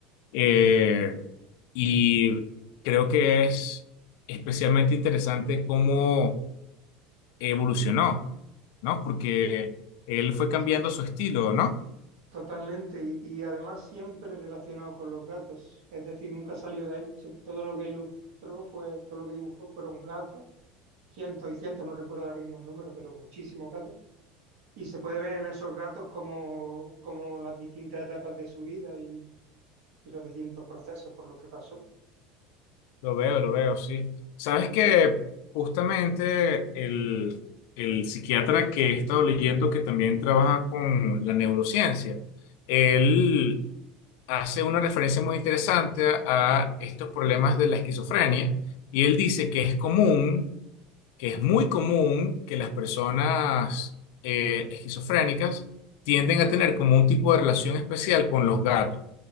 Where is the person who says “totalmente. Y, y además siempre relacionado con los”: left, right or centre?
Right